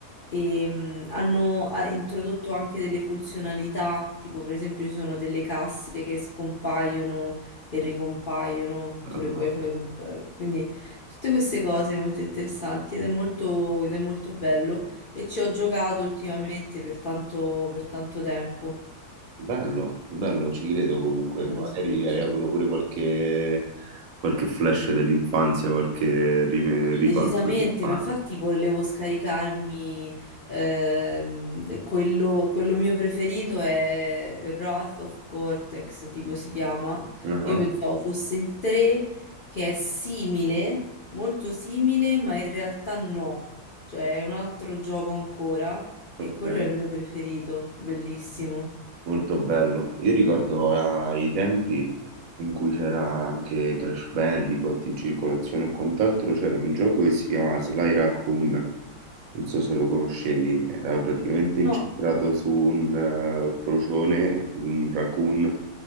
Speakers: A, on the left (about 50°); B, on the right (about 70°).
A: e mh, hanno ha introdotto anche delle funzionalità, tipo per esempio ci sono delle casse che scompaiono e ricompaiono, tu
B: Ah,
A: le puoi
B: ah.
A: fare compa- Quindi tutte queste cose molto interessanti ed è molto, ed è molto bello e ci ho giocato ultimamente per tanto, per tanto tempo
B: Bello, bello, ci credo comunque.
A: alla
B: Magari
A: Switch.
B: hai avuto pure qualche, qualche flash dell'infanzia, qualche ri- ricordo
A: Decisamente,
B: dell'infanzia.
A: ma infatti volevo scaricarmi ehm, quello, quello mio preferito è Wrath of Cortex, tipo si chiama.
B: Ah,
A: Io pensavo fosse il 3, che è simile, molto simile, ma in realtà no. Cioè è un altro gioco ancora e
B: ok,
A: quello è il mio preferito, bellissimo.
B: molto bello. Io ricordo eh, i tempi in cui c'era anche Crash Bandicoot in circolazione e quant'altro, c'era un gioco che si chiamava Sly Raccoon, non so se lo conoscevi, era praticamente incentrato
A: No,
B: su un eh, procione, un raccoon